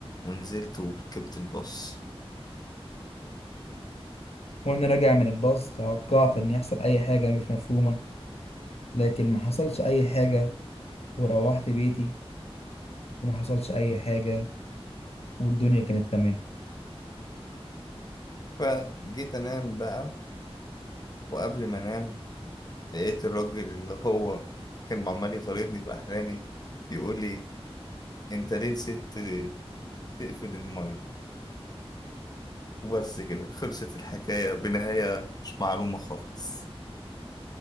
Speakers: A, on the left; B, on the left.
A: ونزلت وركبت الباص
B: وأنا راجع من الباص توقعت إن يحصل أي حاجة مش مفهومة لكن ما حصلش أي حاجة وروحت بيتي وما حصلش أي حاجة والدنيا كانت تمام
A: فجيت أنام بقى وقبل ما أنام لقيت الراجل اللي هو كان عمال يطاردني في أحلامي يقول لي انت ليه نسيت تقفل المية وبس كده خلصت الحكاية بنهاية مش معلومة خالص